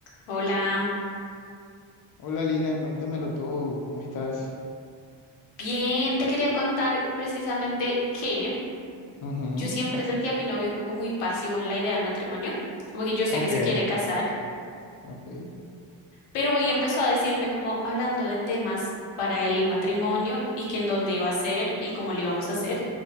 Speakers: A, on the left; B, on the left.
A: Hola,
B: Hola Lina, cuéntamelo todo, ¿cómo estás?
A: bien, te quería contar precisamente que
B: Ujú,
A: yo siempre sentí a mi novio como muy pasivo en la idea de matrimonio, como que yo sé
B: Ok,
A: que se quiere casar,
B: ok.
A: pero hoy empezó a decirme como hablando de temas para el matrimonio y que en dónde iba a ser y cómo lo íbamos a hacer.